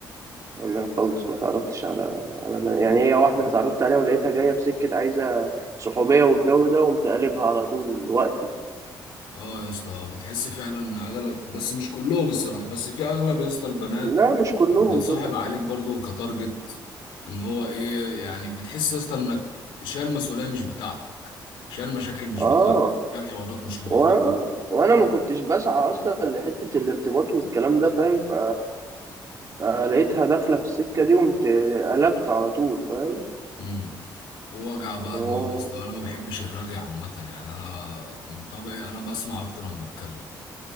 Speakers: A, on the right (about 45°); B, on the left (about 85°).
A: انا خالص ما تعرفتش على على ما يعني هي واحدة اتعرفت عليها ولقيتها جاية بسكة عايزة صحوبية والجو ده وقمت قلبها على طول وقتي
B: اه يا اسطى بتحس فعلا ان اغلب بس مش كلهم الصراحه بس في اغلب يا اسطى البنات
A: لا مش كلهم
B: بتتصاحب
A: طبعا
B: عليك برضو كتارجت ان هو ايه يعني بتحس يا اسطى انك شايل مسؤوليه مش بتاعتك شايل مشاكل مش
A: اه
B: بتاعتك شايل حوارات مش حواراتك
A: وانا وانا ما كنتش بسعى اصلا لحتة الارتباط والكلام ده فاهم ف... فلقيتها داخلة في السكة دي وقمت قلبت على طول فاهم
B: امم ووجع بقى
A: هو
B: دماغ يا اسطى انا ما بحبش الرغي عامه يعني انا من طبعي انا بسمع اكتر ما بتكلم